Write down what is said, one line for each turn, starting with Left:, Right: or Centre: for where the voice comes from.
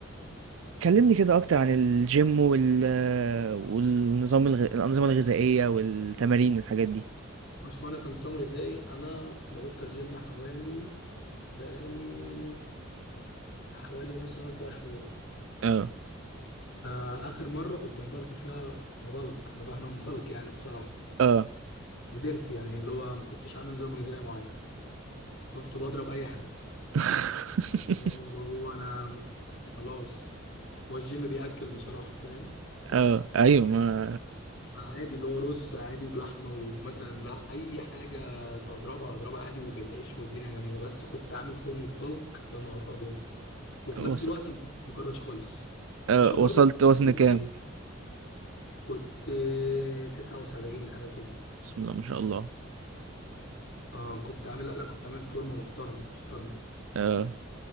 Right: كلمني كده أكتر عن الجيم وال... آه، والنظام الغ... الأنظمة الغذائية والتمارين والحاجات دي
Left: بص هو انا كان نظام غذائي انا مبطل جيم حوالي بقالي حوالي مثلا أربع شهور
Right: اه
Left: آه آخر مرة كنت مبلك فيها مبلك مبهنا مبلك يعني بصراحة
Right: اه
Left: قدرت يعني اللي هو ما كنتش عامل نظام غذائي معين كنت بضرب أي حاجة
Right: <laughs>
Left: فاهم اللي هو أنا خلاص هو الجيم بيأكل بصراحة فاهم
Right: اه ايوه ما
Left: عادي اللي هو رز عادي ولحمة ومثلا لا أي حاجة أضربها أضربها عادي وبالعيش والدنيا جميلة بس كنت عامل فورمة بلك يا نهار أبيض وفي
Right: وص...
Left: نفس الوقت ما كنتش مكرش خالص
Right: آه،
Left: عشان برضه
Right: وصلت
Left: ما كنتش
Right: وزن
Left: اللي
Right: كام
Left: هو إيه، كنت 79 حاجة كده
Right: بسم الله ما شاء الله
Left: اه كنت عامل لا لا كنت عامل فورمه محترمه محترمه
Right: اه